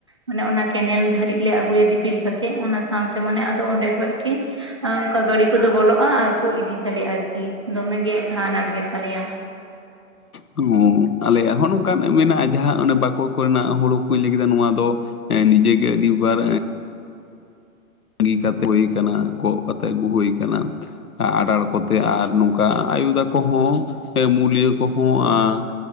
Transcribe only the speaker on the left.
ᱦᱚᱸ ᱟᱞᱮᱭᱟᱜ ᱦᱚᱸ ᱱᱚᱝᱠᱟᱱ ᱢᱮᱱᱟᱜᱼᱟ ᱡᱟᱦᱟᱸ ᱚᱱᱮ ᱵᱟᱠᱩ ᱠᱚᱨᱮᱱᱟᱜ ᱦᱩᱲᱩ ᱠᱩᱧ ᱞᱟᱹᱭ ᱠᱮᱫᱟ ᱱᱚᱣᱟ ᱫᱚ ᱱᱤᱡᱮ ᱜᱮ ᱟᱹᱰᱤ ᱵᱟᱨ ᱛᱟᱹᱜᱤ ᱠᱟᱛᱮ ᱦᱩᱭ ᱠᱟᱱᱟ ᱠᱚᱜ ᱠᱟᱛᱮ ᱟᱹᱜᱩ ᱦᱩᱭ ᱟᱠᱟᱱᱟ ᱟᱸᱲᱟᱲᱼᱼ ᱠᱚᱛᱮ ᱟᱨ ᱱᱚᱝᱠᱟ ᱟᱭᱳ ᱛᱟᱠᱚ ᱦᱚᱸ ᱢᱩᱞᱤᱭᱟᱹ ᱠᱚᱦᱚᱸ